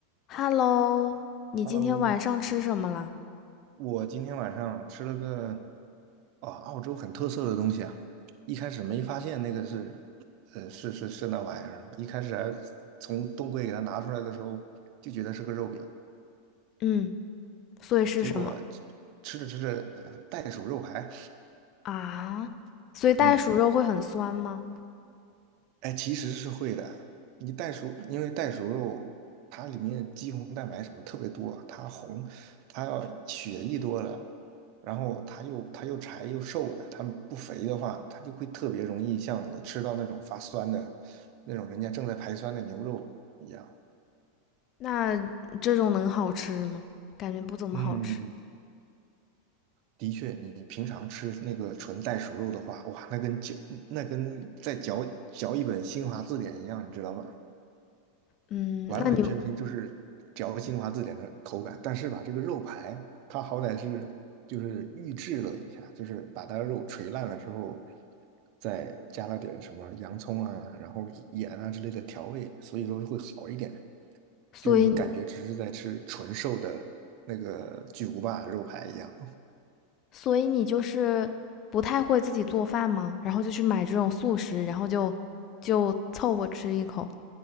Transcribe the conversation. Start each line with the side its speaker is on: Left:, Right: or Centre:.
Left: Hello，你今天晚上吃什么啦？
Right: Hello，我今天晚上吃了个啊澳洲很特色的东西啊，一开始没发现那个是，呃是是是那玩意儿，一开始还从冻柜给它拿出来的时候就觉得是个肉饼，
Left: 嗯，所以是什么
Right: 结果吃吃着吃着呃袋鼠肉排，
Left: 啊？所以袋鼠肉会很酸吗？
Right: 嗯，哎，其实是会的。你袋鼠，因为袋鼠肉它里面肌红蛋白什么特别多，它红，它要血一多了，然后它又它又柴又瘦的，它不肥的话，它就会特别容易像你吃到那种发酸的那种人家正在排酸的牛肉一样。
Left: 那这种能好吃吗？感觉不怎么好吃。
Right: 嗯，的确，你平常吃那个纯袋鼠肉的话，哇，那跟嚼那跟在嚼嚼一本新华字典一样，你知道吗？
Left: 嗯，
Right: 完完全全就是嚼精华字典的口感，
Left: 那你，
Right: 但是吧，这个肉排它好歹是就是预制了一下，就是把它的肉锤烂了之后，再加了点什么洋葱啊，然后盐啊之类的调味，所以说会好一点。
Left: 所以你，
Right: 就你感觉只是在吃纯瘦的那个巨无霸肉排一样。
Left: 所以你就是不太会自己做饭吗？然后就去买这种速食，然后就就凑合吃一口。